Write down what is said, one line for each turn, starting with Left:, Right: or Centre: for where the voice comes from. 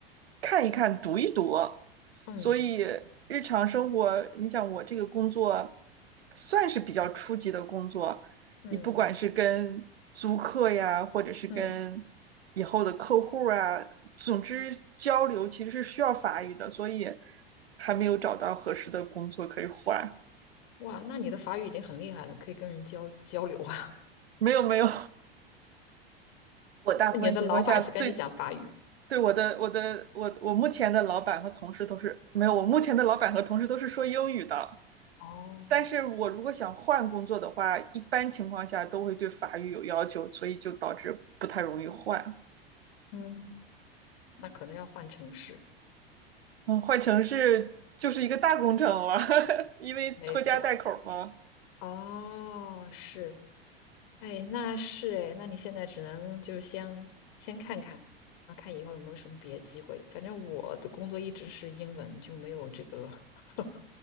Right: 看一看、读一读。
Left: 嗯
Right: 所以日常生活，你想我这个工作算是比较初级的工作，
Left: 嗯
Right: 你不管是跟租客呀，或者是跟
Left: 嗯，
Right: 以后的客户啊，总之交流其实是需要法语的，所以还没有找到合适的工作可以换。
Left: 哇，那你的法语已经很厉害了，可以跟人交交流啊。<laughs>
Right: 没有没有，<laughs> 我大部分情况下最
Left: 你的老板是跟你讲法语？
Right: 对我的我的我我目前的老板和同事都是没有，我目前的老板和同事都是说英语的。
Left: 哦，
Right: 但是我如果想换工作的话，一般情况下都会对法语有要求，所以就导致不太容易换。
Left: 嗯，那可能要换城市，
Right: 嗯，换城市就是一个大工程了，<laughs> 因为拖家带口嘛，
Left: 没错。哦，是，哎，那是哎，那你现在只能就是先先看看，然后看以后有没有什么别的机会。反正我的工作一直是英文，就没有这个 <laughs>